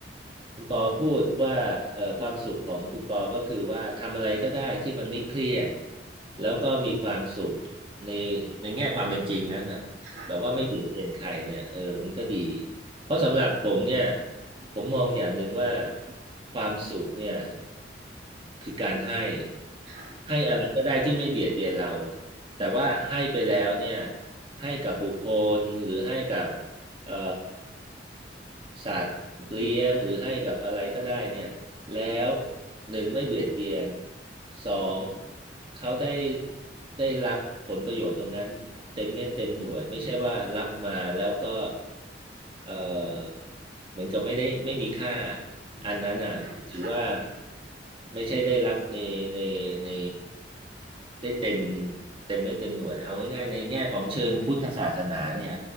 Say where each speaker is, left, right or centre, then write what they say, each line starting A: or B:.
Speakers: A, on the right; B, on the right.
A: คุณปอพูดว่าเอ่อความสุขของคุณปอก็คือว่าทำอะไรก็ได้ที่มันไม่เครียดแล้วก็มีความสุขในในแง่ความเป็นจริงนะแบบแบบว่าไม่เบียดเบียนใครเนี่ยเออมันก็ดี
B: ค่ะ
A: เพราะสำหรับผมเนี่ยผมมองอย่างหนึ่งว่าความสุขเนี่ยคือการให้
B: ค่ะ
A: ให้อะไรก็ได้ที่ไม่เบียดเบียนเราแต่ว่าให้ไปแล้วเนี่ยให้กับบุคคลหรือให้กับ เอ่อสัตว์เลี้ยงหรือให้กับอะไรก็ได้เนี่ยแล้วหนึ่งไม่เบียดเบียนสองเขาได้ได้รับผลประโยชน์ตรงนั้นเต็มเม็ดเต็มหน่วยไม่ใช่ว่ารับมาแล้วก็เอ่อเหมือนกับไม่ได้ไม่มีค่า
B: อื
A: อันนั้นอ่ะถือว่า
B: ม ค่ะ
A: ไม่ใช่ได้รับในในในได้เต็มเต็มเม็ดเต็มหน่วยเอาง่ายๆในแง่ของเชิงพุทธศาสนาเนี่ย